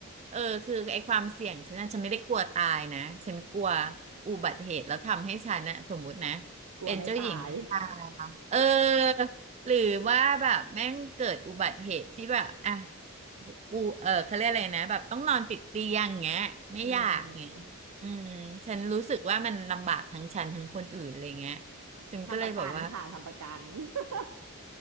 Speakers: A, on the right (about 30°); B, on the right (about 85°).
A: เออคือไอ้ความเสี่ยงฉันน่ะฉันไม่ได้กลัวตายนะฉันกลัวอุบัติเหตุแล้วทำให้ฉันน่ะสมมุตินะ
B: กลัวไม่ตาย
A: เป็นเจ้าหญิงนิทราเออหรือว่าแบบแม่งเกิดอุบัติเหตุที่แบบอ่ะอูเออเขาเรียกอะไรนะแบบต้องนอนติดเตียงเงี้ยไม่อยากเงี้ย
B: อืม
A: อืมฉันรู้สึกว่ามันลำบากทั้งฉันทั้งคนอื่นอะไรเงี้ยฉันก็เลยแบบว่า
B: ทำประกันค่ะทำประกัน <laughs>